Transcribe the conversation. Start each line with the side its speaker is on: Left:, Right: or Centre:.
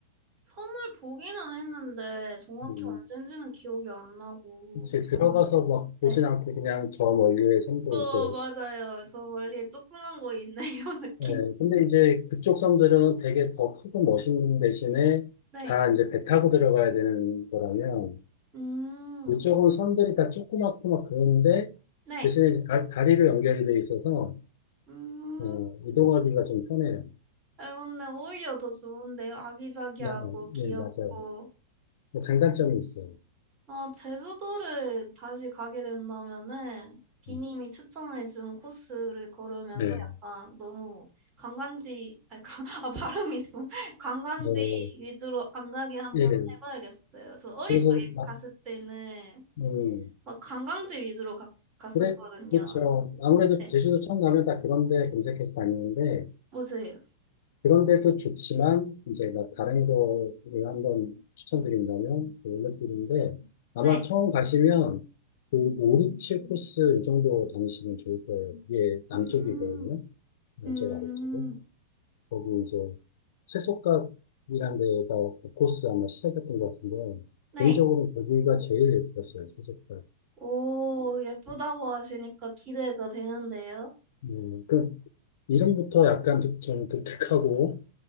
Right: 선물 보기는 했는데 정확히
Left: 음,
Right: 언젠지는 기억이 안 나고
Left: 이제
Right: 전
Left: 들어가서 막 보진
Right: 네.
Left: 않고 그냥 저 멀리의 섬들
Right: 어,
Left: 그
Right: 맞아요. 저 멀리에 조그만 거 있네요, <laughs> 느낌.
Left: 네, 근데 이제 그쪽 섬들은 되게 더 크고 멋있는 대신에
Right: 네.
Left: 다 이제 배 타고 들어가야 되는 거라면
Right: 음.
Left: 이쪽은 섬들이 다 조그맣고 막 그런데
Right: 네.
Left: 대신에 이제 다, 다리로 연결이 돼 있어서
Right: 음.
Left: 어, 이동하기가 좀 편해요.
Right: 아, 근데 오히려 더 좋은데요. 아기자기하고
Left: 어,
Right: 귀엽고
Left: 예, 맞아요. 뭐 장단점이 있어요.
Right: 아, 제주도를 다시 가게 된다면은 비님이
Left: 음.
Right: 추천해준 코스를 걸으면서
Left: 네.
Right: 약간 너무 관광지, 아니, 관- <laughs> 아, 발음이 좀 <laughs> 관광지
Left: 어,
Right: 위주로 안 가게 한번
Left: 예.
Right: 해봐야겠어요. 저 어릴
Left: 그래서
Right: 적에
Left: 막,
Right: 갔을 때는
Left: 음,
Right: 막 관광지 위주로 가, 갔었거든요.
Left: 그래, 그렇죠. 아무래도
Right: 네,
Left: 제주도 처음 가면 다 그런 데 검색해서 다니는데
Right: 뭐세요
Left: 그런 데도 좋지만 이제 막 다른 거를 한번 추천드린다면 그 올레길인데 아마
Right: 네.
Left: 처음 가시면 그 5, 6, 7 코스 이 정도 다니시면 좋을 거예요. 이게 남쪽이거든요.
Right: 음,
Left: 남쪽
Right: 음,
Left: 아래쪽에. 거기 이제 세속각이라는 데가 그 코스 아마 시작했던 것 같은데
Right: 네.
Left: 개인적으로 거기가 제일 예뻤어요. 세속각.
Right: 오, 예쁘다고 하시니까 기대가 되는데요.
Left: 음, 그 이름부터 약간 좀 독특하고